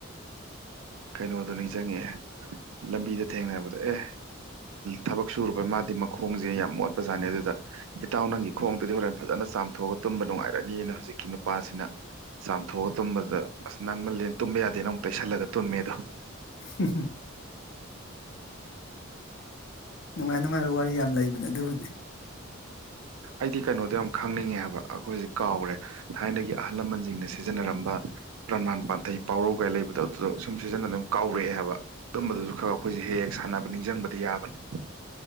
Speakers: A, on the right; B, on the left.
A: ꯀꯩꯅꯣꯗꯨ ꯅꯤꯡ ꯆꯪꯉꯛꯑꯦ ꯂꯝꯕꯤꯗ ꯊꯦꯡꯅꯕꯗ ꯑꯦ ꯊꯕꯛ ꯁꯨꯨꯔꯕꯩ ꯃꯥꯗꯤ ꯃꯈꯣꯡꯁꯦ ꯌꯥꯝ ꯃꯣꯠ ꯄ꯭ꯔꯖꯥꯅꯦ ꯑꯗꯨꯗ ꯏꯇꯥꯎ ꯅꯪꯒꯤ ꯈꯣꯡꯗꯗꯤ ꯍꯣꯔꯦꯟ ꯐꯖꯅ ꯆꯥꯝꯊꯣꯛꯑꯒ ꯇꯨꯝꯕ ꯅꯨꯡꯉꯥꯏꯔꯅꯤꯅ ꯍꯧꯖꯤꯛꯀꯤ ꯅꯨꯄꯥꯁꯤꯅ ꯆꯥꯝꯊꯣꯛꯑꯒ ꯇꯨꯝꯕꯗ ꯑꯁ ꯅꯟꯃꯜꯂꯦꯅ ꯇꯨꯝꯕ ꯌꯥꯗꯦ ꯅ ꯑꯃꯨꯛ ꯇꯩꯁꯜꯂꯒ ꯇꯨꯝꯃꯦ <inaudible>
B: ꯎ ꯅꯨꯡꯉꯥꯏ ꯅꯨꯡꯉꯥꯏꯕ ꯋꯥꯔꯤ ꯌꯥꯝ ꯂꯩꯕꯅꯦ ꯑꯗꯨꯕꯨꯗꯤ ꯎ
A: ꯑꯩꯗꯤ ꯀꯩꯅꯣꯗꯣ ꯌꯥꯝ ꯈꯪꯅꯤꯡꯉꯦ ꯍꯥꯏꯕ ꯑꯩꯈꯣꯏꯁꯦ ꯀꯥꯎꯔꯦ ꯊꯥꯏꯅꯒꯤ ꯑꯍꯜ ꯂꯃꯟꯁꯤꯡꯅ ꯁꯤꯖꯤꯟꯅꯔꯝꯕ ꯄ꯭ꯔꯃꯥꯟ ꯄꯥꯟꯊꯩ ꯄꯥꯎꯔꯧꯒꯩ ꯂꯩꯕꯗꯣ ꯑꯗꯨꯗ ꯁꯨꯝ ꯁꯤꯖꯤꯟꯅ ꯑꯗꯨꯝ ꯀꯥꯎꯔꯛꯑꯦ ꯍꯥꯏꯕ ꯑꯗꯨꯝꯕꯗꯨꯁꯨ ꯈ ꯑꯩꯈꯣꯏꯁꯦ ꯍꯦꯛ ꯍꯦꯛ ꯁꯥꯟꯅꯕ ꯅꯤꯡꯁꯤꯡꯕꯗꯤ ꯌꯥꯕꯅꯦ